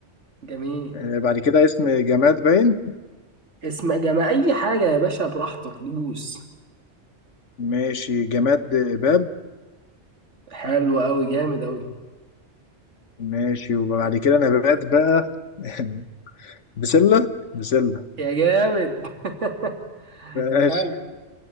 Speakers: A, on the right; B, on the left.
A: جميل
B: آه، بعد كده اسم جماد باين
A: اسم جمع اي حاجه يا باشا براحتك دوس
B: ماشي جماد آه، باب
A: حلو قوي جامد قوي
B: ماشي وبعد كده نبات بقى <laughs> بسلة بسلة
A: يا جامد <laughs>
B: ماشي
A: حلو